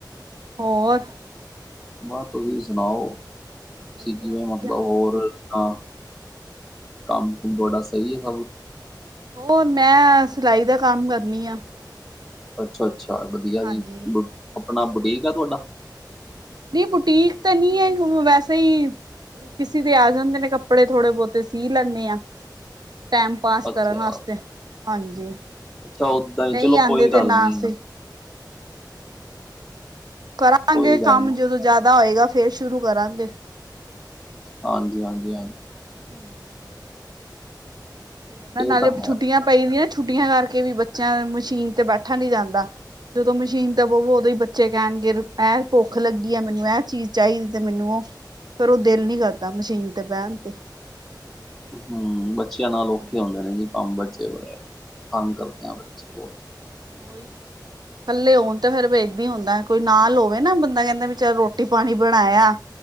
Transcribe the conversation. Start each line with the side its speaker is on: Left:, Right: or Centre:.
Right: ਹੋਰ।
Centre: ਬਸ ਤੁਸੀਂ ਸੁਣਾਓ
Right: ਵਧੀਆ
Centre: ਸੀ ਕਿਵੇਂ
Right: ਵਧੀਆ
Centre: ਮਤਲਬ ਹੋਰ ਹਾਂ, ਕੰਮ ਕੁਮ ਤੁਹਾਡਾ ਸਹੀ ਐ ਸਭ?
Right: ਹੋਰ ਮੈਂ, ਸਿਲਾਈ ਦਾ ਕੰਮ, ਕਰਨੀ ਆ
Centre: ਅੱਛਾ-ਅੱਛਾ ਵਧੀਆ
Right: ਹਾਂਜੀ।
Centre: ਜੀ, ਬ ਆਪਣਾ
Right: ਸੂਟ
Centre: ਬੁਟੀਕ, ਆ ਤੁਹਾਡਾ?
Right: ਨਹੀਂ, ਬੁਟੀਕ ਤੇ ਨਈ ਐ, ਉ ਵੈਸੇ ਈ ਕਿਸੇ ਦੇ ਆ ਜਾਂਦੇ ਨੇ, ਕੱਪੜੇ ਥੋੜੇ -ਬਹੁਤੇ ਸੀ ਲੈਂਣੇ ਆ ਟੈਮ ਪਾਸ,
Centre: ਅੱਛਾ
Right: ਕਰਨ ਆਸਤੇ ਹਾਂਜੀ
Centre: ਅੱਛਾ ਓਦਾਂ ਹੀ
Right: ਨਹੀਂ
Centre: ਚਲੋ
Right: ਆਦੇ,
Centre: ਕੋਈ
Right: ਤੇ
Centre: ਗੱਲ
Right: ਨਾ
Centre: ਨਹੀਂ
Right: ਸਈ ਕਰਾਂਗੇ
Centre: ਕੋਈ ਗੱਲ
Right: ਕੰਮ,
Centre: ਨਹੀਂ
Right: ਜਦੋਂ ਜ਼ਿਆਦਾ ਹੋਏਗਾ, ਫੇਰ ਸ਼ੁਰੂ ਕਰਾਂਗੇ
Centre: ਹਾਂਜੀ-ਹਾਂਜੀ ਹਾਂਜੀ
Right: ਹੂੰ। <inaudible> <unintelligible>
Centre: ਇਹ
Right: ਨਾਲੇ
Centre: ਤਾਂ ਹੈ
Right: ਛੁੱਟੀਆਂ, ਪਈ ਦੀਆਂ ਨਾ, ਛੁੱਟੀਆਂ ਕਰਕੇ ਵੀ ਬੱਚਿਆਂ ਨਾਲ, ਮਸ਼ੀਨ ਤੇ ਬੈਠਾ ਨਈ ਜਾਂਦਾ ਜਦੋਂ ਮਸ਼ੀਨ ਤੇ ਬਵੋ, ਉਦੋਂ ਹੀ ਬੱਚੇ ਕਹਿਣਗੇ ਐਹ ਭੁੱਖ ਲੱਗੀ ਐ, ਮੈਨੂੰ ਐਹ ਚੀਜ਼ ਚਾਹੀਦੀ, ਤੇ ਮੈਨੂੰ ਉਹ ਪਰ ਓ ਦਿਲ ਨਈ ਕਰਦਾ, ਮਸ਼ੀਨ ਤੇ ਬਹਿਣ ਤੇ
Centre: ਹੂੰ, ਬੱਚਿਆਂ ਨਾਲ
Right: ਹਮ
Centre: ਔਖੇ ਹੁੰਦੇ ਨੇ ਜੀ ਕੰਮ, ਬੱਚੇ
Right: ਹਾਂਜੀ
Centre: ਬੜੇ ਤੰਗ ਕਰਦੇ ਆ ਬੱਚੇ ਬਹੁਤ
Right: ਓਈ ਇਕੱਲੇ ਹੋਣ ਤੇ ਫੇਰ ਵੇਖ ਏਦਾ ਹੁੰਦਾ, ਕੋਈ ਨਾਲ ਹੋਵੇ ਨਾ ਬੰਦਾ ਕਹਿੰਦਾ ਵੀ, ਚੱਲ ਰੋਟੀ- ਪਾਣੀ ਬਣਾਇਆ